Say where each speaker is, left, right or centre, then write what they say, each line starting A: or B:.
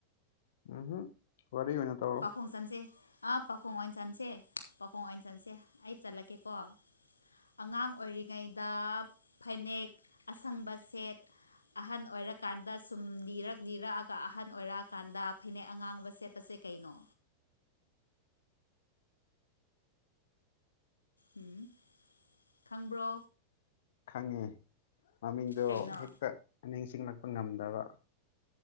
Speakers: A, on the left; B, on the left.
A: ꯎꯝꯍꯨꯝ ꯋꯥꯔꯤ ꯑꯣꯏꯅꯥ ꯇꯧꯔꫭ
B: ꯄꯥꯈꯣꯡ ꯆꯟꯁꯦ ꯑꯥ ꯄꯥꯈꯣꯡ ꯑꯣꯏꯅ ꯆꯟꯁꯦ ꯄꯥꯈꯣꯡ ꯑꯣꯏꯅ ꯆꯟꯁꯦ ꯑꯩ ꯆꯠꯂꯛꯀꯦꯀꯣ ꯑꯉꯥꯡ ꯑꯣꯏꯔꯤꯉꯩꯗ ꯐꯅꯦꯛ ꯑꯁꯪꯕ ꯁꯦꯠ ꯑꯍꯟ ꯑꯣꯏꯔꯀꯥꯟꯗ ꯁꯨꯝ ꯂꯤꯅꯤꯔꯛ ꯂꯤꯅꯤꯔꯛꯑꯒ ꯑꯍꯟ ꯑꯣꯏꯔꯛꯑꯀꯥꯟꯗ ꯐꯅꯦꯛ ꯑꯉꯥꯡꯕ ꯁꯦꯠꯄꯁꯦ ꯀꯩꯅꯣ ꯎꯝ ꯈꯪꯕ꯭ꯔꯣ
A: ꯈꯪꯉꯦ ꯃꯃꯤꯡꯗꯣ
B: ꯀꯩꯅꯣ
A: ꯍꯦꯛꯇ ꯅꯤꯡꯁꯤꯡꯂꯛꯄ ꯉꯝꯗꯕ